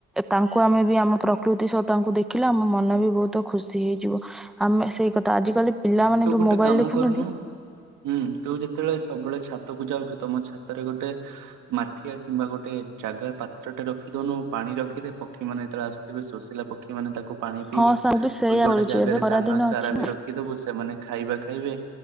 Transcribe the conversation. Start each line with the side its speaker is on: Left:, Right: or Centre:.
Centre: ତାଙ୍କୁ ଆମେ ବି ଆମ ପ୍ରକୃତି ସହ ତାଙ୍କୁ ଦେଖିଲା ଆମ ମନ ବି ବହୁତ ତ ଖୁସି ହେଇଯିବ ଆମେ ସେଇ କଥା ଆଜିକାଲି ପିଲାମାନେ
Right: ତୁ
Centre: ଯେଉଁ
Right: ଗୋଟେ
Centre: ମୋବାଇଲ
Right: କାମ
Centre: ଦେଖୁଛନ୍ତି
Right: କରୁନୁ ହୁଁ ତୁ ଯେ ଯେତେବେଳେ ସବୁବେଳେ ଛାତକୁ ଯାଉଛୁ ତମ ଛାତରେ ଗୋଟେ ମାଠିଆ କିମ୍ବା ଗୋଟେ ଜାଗା ପାତ୍ରଟେ ରଖିଦଉନୁ ପାଣି ରଖିଦେ ପକ୍ଷୀ ମାନ ଯେତେବେଳେ ଆସୁଥିବେ ସୋଷିଲା ପକ୍ଷୀ କି ମାନେ ତାକୁ ପାଣି ପିଇବେ
Centre: ହଁ ସାଙ୍ଗ ବି ସେଇଆ
Right: କି ଗୋଟେ
Centre: କରୁଛି
Right: ଜାଗାରେ
Centre: ଏବେ ଖରାଦିନ
Right: ଦାନ ଚାରା
Centre: ଅଛି
Right: ବି
Centre: ନା
Right: ରଖିଦବୁ ସେମାନେ ଖାଇବା ଖାଇବେ।